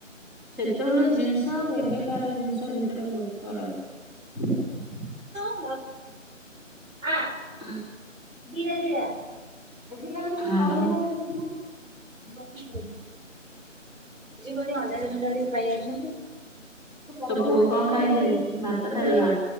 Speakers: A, in the centre; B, on the right.
A: ସେତେବେଳେ ଜିନିଷ ଆଉ ଏବେ କାର ଜିନିଷ ଗଛ ଭିତରେ ବହୁତ ଫରକ।
B: ହ ଆ।
A: ହଁ।
B: ଧୀରେ ଧୀରେ ଆ।
A: ହଁ
B: ଭୋଜି କରି ଅଣ୍ଡା ଦିନ ଟା <unintelligible> ଫୁଣ୍ଡାଡି ଖାଇ ଯାଉଛନ୍ତି।
A: ତୋ ପୁଅ କଣ ଖାଇଯାଇଛି ଭାତ ଡାଲମା।